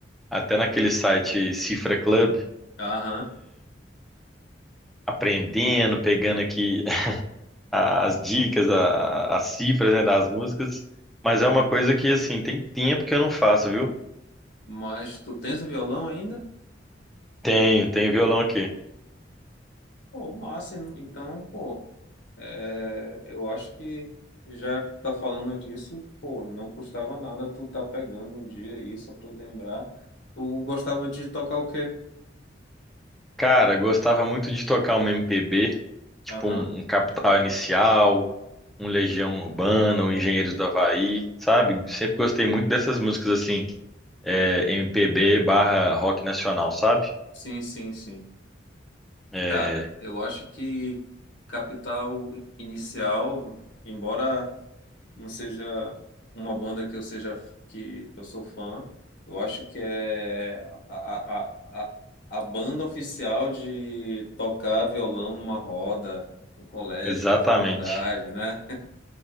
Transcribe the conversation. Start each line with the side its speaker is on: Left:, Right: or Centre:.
Centre: até naquele site Cifra Club,
Left: Aham.
Centre: aprendendo, pegando aqui <laughs> a- as dicas, a- as cifras, né, das músicas. Mas
Left: Aham.
Centre: é uma coisa que, assim, tem tempo que eu não faço, viu?
Left: Mas tu tens o violão ainda?
Centre: Tenho, tenho violão aqui.
Left: Pô, massa. Então, pô, é, eu acho que já que tá falando disso, pô, não custava nada tu tá pegando um dia aí, só pra lembrar. Tu gostava de tocar o quê?
Centre: Cara, gostava muito de tocar uma MPB, tipo
Left: Aham.
Centre: um, um Capital Inicial, um Legião Urbana, um Engenheiros do Havaí, sabe? Sempre
Left: Uhum.
Centre: gostei muito dessas músicas assim, é, MPB barra rock nacional, sabe?
Left: Sim, sim, sim.
Centre: É,
Left: Cara, eu acho que Capital Inicial, embora não seja uma banda que eu seja que eu sou fã, eu acho que é a, a, a, a banda oficial de tocar violão numa roda, no colégio,
Centre: exatamente,
Left: na faculdade, né?